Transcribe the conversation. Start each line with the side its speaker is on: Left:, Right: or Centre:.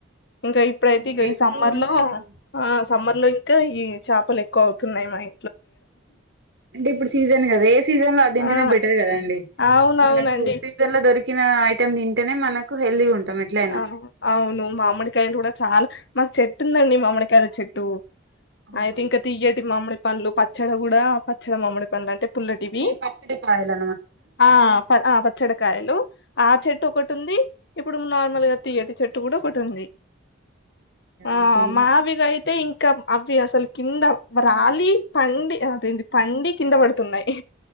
Left: ఇంకా ఇప్పుడైతే ఇక
Right: మేము ఎగ్
Left: ఈ సమ్మర్
Right: అంటే
Left: లో
Right: మేము
Left: ఆ సమ్మర్ లో ఇంకా ఈ చేపలు ఎక్కువ అవుతున్నాయి మ య
Right: అంటే ఇప్పుడు సీజన్ కదా ఏ సీజన్ లో అది తింటేనే
Left: ఆ
Right: బెటర్ కద అండి
Left: అవునవునండి
Right: మనకు సీజన్ లో దొరికిన ఐటెమ్ తింటేనే మనకు హెల్దీగా ఉంటాం ఎట్లయినా
Left: ఆ అవును మామిడికాయలు కూడా చాలా మాకు చెట్టు ఉందండి మామిడికాయల చెట్టు
Right: అవునా
Left: టుఅయితే ఇంకా తిగేటి మామిడి పండ్లు పచ్చడి కూడా పచ్చడి మామిడి పండ్లు అంటే పుల్లటివి
Right: మీ పచ్చడి కాయలా
Left: ఆ పచ్చడికాయలు ఆ చెట్టు ఒకటి ఉంది ఇప్పుడు నార్మల్ గా తీియేటి చెట్టు కూడా ఒకటి ఉంది ఆ
Right: ఇంకేంటి
Left: మహావిగాయితే ఇంకా ఇంకా అవి అసలు కింద వాలి పండి అదింది పండి కింద పడుతున్నాయి